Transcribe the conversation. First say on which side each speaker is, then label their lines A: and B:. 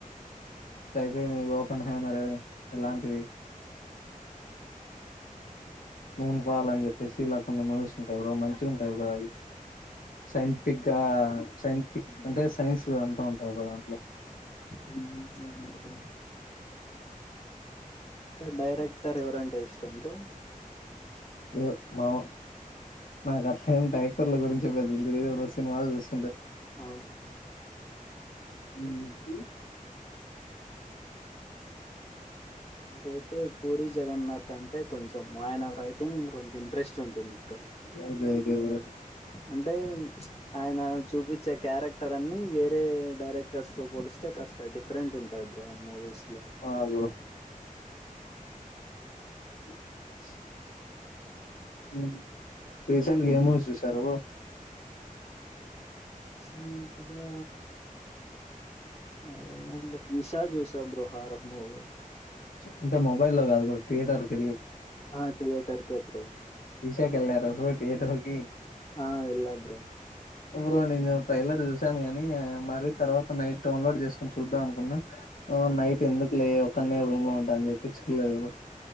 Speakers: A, on the left; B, on the left.
A: స్కైఫై ఓపెన్ హైమర్ ఇలాంటివి మూన్ పాల్ అన్ చెప్పేసి ఇల కొన్ని మూవిస్ ఉంటయి బ్రో మంచిగ ఉంటయి బ్రో అవి సైంటిఫిక్ ఇంకా సైంటిఫిక్ అంటే సైన్స్ అంత ఉంటాది బ్రో దాంట్లో
B: ఉమ్ అవున్ బ్రో క డైరెక్టర్ ఎవరంటే ఇష్టం బ్రో
A: ఉ మా నాకట్లేం డైరెక్టర్ల గురించి పెద్ద తేలిదు ఎవ్రో సినిమాలు చూస్
B: అవునా
A: మీకీ
B: నాకైతే పూరి జగన్నాథ్ అంటే కొంచెం ఆయన రైటింగ్ రొంత ఇంట్రెస్ట్ ఉంటుంది బ్రో
A: అయితే ఒకే బ్రో
B: అంటే ఆయన చూపిచే క్యారెక్టర్ అన్ని వేరే డైరెక్టర్స్ తో పోలిస్తే కాస్త డిఫ్ ఫ్రెంట్ ఉంటాయి బ్రో ఆయన మూవీస్ లో
A: ఆ బ్రో <inaudible> ఉ రీసెంట్ గ ఏం మూవీస్ చూసారు
B: రీసెంట్ గా ఏం చులే ఈషా చూస బ్రో హారర్ర్ మూవీ.
A: అంటే మొబైల్లో లో కాదు బ్రో థియేటర్కి ఎళ్ళి
B: ఆ థియేటర్ కే బ్రో
A: విషాక ఎళ్లార బ్రో థియేటర్ కి
B: ఆ వెళ్లా బ్రో
A: బ్రో నేను ట్రైలర్ చూశాను గాని మరీ తర్వాత నైట్ డౌన్లోడ్ చేసుకొని చూద్దాం అనుకున్నా. ఉమ్ నైట్ ఎందుకు లే ఒక్కన్నే రూమ్ లో ఉంటా అని చెప్పి చూడలేదు బ్రో.